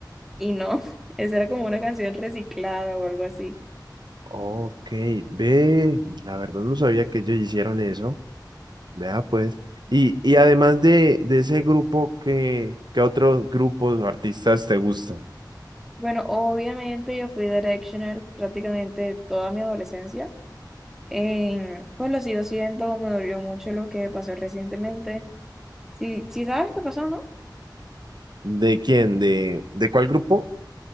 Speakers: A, in the centre; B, on the right (about 70°).
A: y no, <laughs> esa era como una canción reciclada o algo así.
B: ok, ve, la verdad no sabía que ellos hicieron eso. Vea pues. Y, y además de, de ese grupo, ¿qué, qué otros grupos o artistas te gustan?
A: Bueno, obviamente yo fui Directioner prácticamente toda mi adolescencia. Eh, pues lo sigo siendo, me dolió mucho lo que pasó recientemente. Sí, sí sabes qué pasó, ¿no?
B: ¿De quién? ¿De, de cuál grupo?